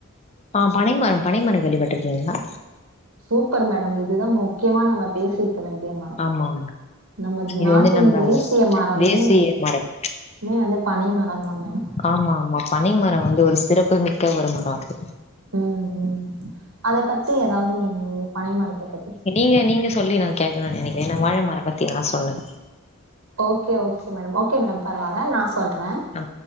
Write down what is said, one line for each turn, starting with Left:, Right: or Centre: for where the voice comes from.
Left: ஆ பனைமரம் பனைமரம் கேள்விப்பட்டுருக்கீங்களா
Right: சூப்பர் மேடம் இதுதா முக்கியமான பேசியிருக்க வேண்டிய மரம்
Left: ஆமா ஆமா
Right: நம்ம
Left: இது
Right: நாட்டின்
Left: வந்து நம்ம
Right: தேசிய மரமே
Left: தேசிய மரம்
Right: மே வந்து பனை மரம்தா மேடம்
Left: ஆமா ஆமா பனை மரம் வந்து ஒரு சிறப்புமிக்க ஒரு மரம் அது
Right: ம் ம் அத பத்தி ஏதாவது நீங்க பனை மரத்த பத்தி சொ
Left: யே நீங்க சொல்லி நா கேக்கனுனு நெனைக்கிற ஏன்னா வாழமர பத்தி நா சொன்ன
Right: okay okay madam okay madam பரவால்ல நா சொல்ற
Left: ஆ